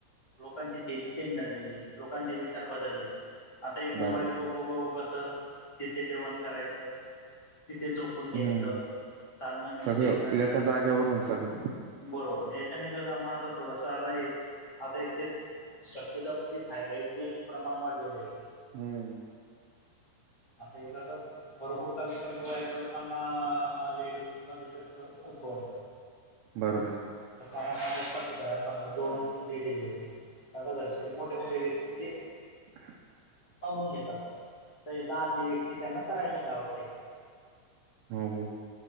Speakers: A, on the left; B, on the right.
A: लोकांची थिअरी चेंज झालेलीय, लोकांचे विचार बदललेयत. आता हे मोबाईल
B: बरोबर
A: बघू बघू कसं, तिथे जेवण करायचं. तिथे झोपून घ्यायचं,
B: हम्म
A: चालणं नाही,
B: सगळं
A: फिरणं नाही.
B: एका जागेवरून सगळं
A: बरोबर याच्याने कस म आता थोडास आराम ये, आता एक ते शक्यतो आता ते थायरॉइडचे प्रमाण वाढलेल आहे.
B: हम्म.
A: आता हे कस भरपूर कमी कमी वयाच्या लोकांना लेडीजमध्ये जास्त उद्भवण.
B: बर बर.
A: <unintelligible> घरात समजा दोन तीन लेडीज ये. आता घरचे जे मोठे मोठे व्यक्ती ते.
B: <inaudible>
A: आवरून घेतात. आता लहान जे व्यक्ती त्यांना करायला नई लावते.
B: हम्म.